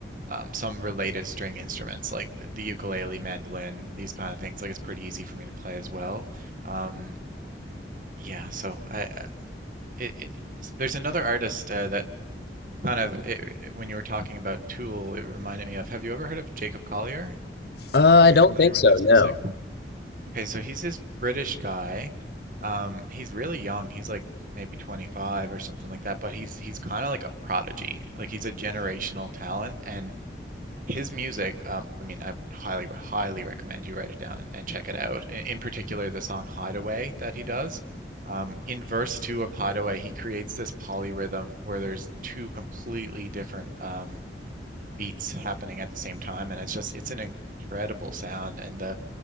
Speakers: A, on the right; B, on the left.
A: um, some related string instruments like the, the ukulele, mandolin, these kind of things. Like it's pretty easy for me to play as well. Um, yeah, so I, it, it- there's another artist uh, that kind of it, it- when you were talking about Tool, it reminded me of. Have you ever heard of Jacob Collier?
B: Uh, I
A: Are
B: don't
A: you familiar
B: think
A: with
B: so,
A: his
B: no.
A: music? Okay, so he's this British guy. Um, he's really young. He's like maybe 25 or something like that, but he's he's kind of like a prodigy. Like he's a generational talent and his music, um, I mean, I would highly, highly recommend you write it down and, and check it out. In, in particular, the song Hideaway that he does. Um, in verse two of Hideaway, he creates this polyrhythm where there's two completely different um, beats happening at the same time, and it's just it's an incredible sound. And the